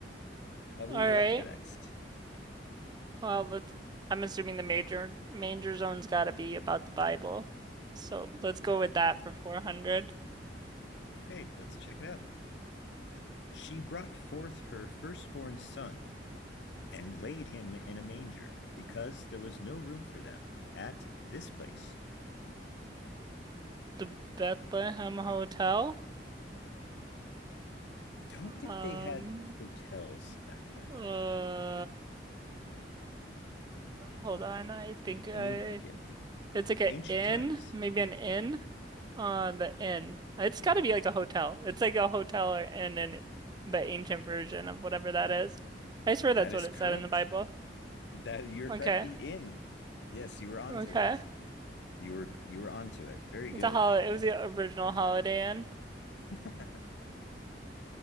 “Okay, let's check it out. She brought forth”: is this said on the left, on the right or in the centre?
Left